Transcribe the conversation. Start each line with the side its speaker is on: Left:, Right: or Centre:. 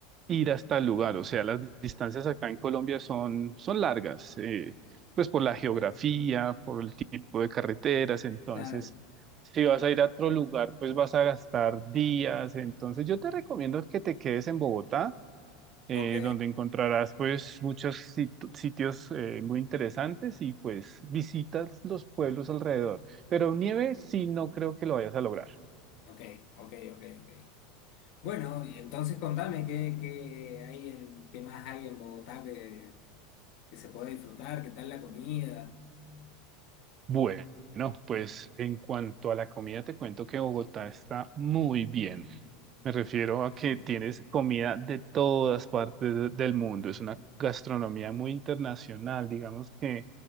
Right: ir hasta el lugar. O sea, las distancias acá en Colombia son, son largas, eh, pues por la geografía, por el tipo de carreteras. Entonces,
Left: Claro,
Right: si vas a ir a otro lugar, pues vas a gastar días. Entonces, yo te recomiendo que te quedes en Bogotá eh,
Left: ok,
Right: donde encontrarás pues muchos sit- sitios eh, muy interesantes y pues visitas los pueblos alrededor. Pero nieve sí no creo que lo vayas a lograr.
Left: ok, ok, ok, ok. Bueno, y entonces contame qué, qué hay en, qué más hay en Bogotá que, que se puede disfrutar, qué tal la comida.
Right: Bueno, pues en cuanto a la comida, te cuento que Bogotá está muy bien. Me refiero
Left: Ok,
Right: a que tienes comida de todas partes de- del mundo. Es una gastronomía muy internacional. Digamos que